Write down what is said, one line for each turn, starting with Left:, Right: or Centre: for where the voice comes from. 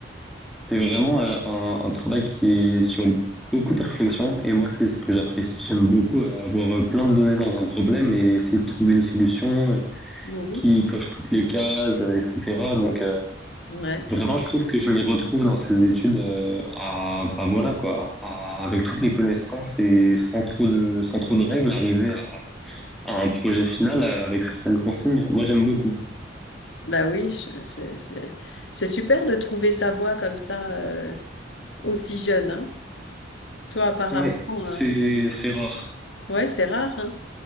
Centre: C'est vraiment, heu, un un travail qui est sur beaucoup de réflexion et moi, c'est ce que j'apprécie. J'aime beaucoup, heu, avoir, heu, plein de données dans un problème et essayer de trouver une solution, heu,
Left: mhm.
Centre: qui coche toutes les cases, heu et cetera donc heu
Left: ouais, c'est,
Centre: Vraiment,
Left: su-
Centre: je trouve que je m'y retrouve dans ces études, euh, à, enfin voilà quoi, à- avec toutes les connaissances et sans trop de, sans trop de règles, arriver à, à un projet final euh, avec certaines consignes. Moi, j'aime beaucoup.
Left: bah oui, je- c'est, c'est, c'est super de trouver sa voie comme ça euh, aussi jeune, hein. Toi, apparemment,
Centre: Ouais. C'est,
Left: euh,
Centre: c'est rare.
Left: ouais, c'est rare, hein.